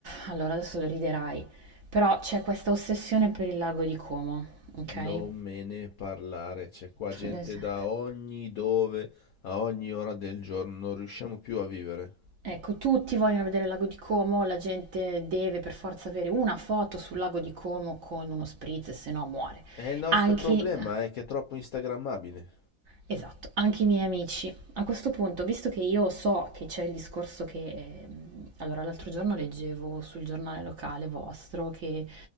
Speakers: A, on the right; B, on the left.
A: allora, adesso lo riderai, però c'è questa ossessione per il lago di Como, ok?
B: Non me ne parlare, c'è qua gente
A: Esatto.
B: da ogni dove, a ogni ora del giorno, non riusciamo più a vivere.
A: Ecco, tutti vogliono vedere il lago di Como, la gente deve per forza avere una foto sul lago di Como con uno spritz, se no muore.
B: E il nostro
A: Anche
B: problema è che è troppo instagrammabile.
A: Esatto, anche i miei amici. A questo punto, visto che io so che c'è il discorso che... ehm, allora, l'altro giorno leggevo sul giornale locale vostro che